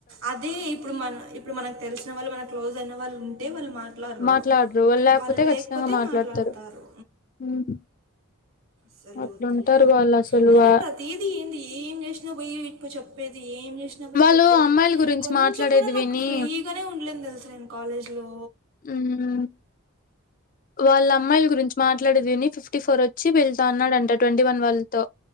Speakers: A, on the right; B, on the left.
A: అదే ఇప్పుడు మన ఇప్పుడు మనకి తెలిసిన వాళ్ళు మన క్లోజ్ అయిన వాళ్ళు ఉంటే వాళ్ళు మా ట్లర్రు
B: మాట్లాడరు
A: వాళ్లు లేకపోతే
B: ఖచ్చితంగా మాట్లాడతారు
A: మాట్లాడుతారు
B: ఉమ్
A: సరేలే
B: అట్లుంటారు
A: వద్దులే
B: వాళ్ళు అసలు
A: అయిన
B: వా
A: ప్రతిదీ ఏంది ఏం చేసినా పోయి ఇడ్క్ చెప్ ప్పేది ఏం చేసినా పోయి
B: వాళ్ళు
A: చెప్పేది
B: అమ్మాయిల గురించి
A: కొంచం
B: మాట్లాడేది
A: కూడా నాకు
B: విని
A: ఫ్రీగానే ఉండలేను తెలుస నేను కాలేజ్ లో
B: ఉమ్ వాళ్ళ అమ్మాయిల గురించి మాట్లాడేది విని ఫిఫ్టీ ఫోర్ వచ్చి వెళ్ళతో అన్నాడంట ట్వంటీ వన్ వాళ్ళతో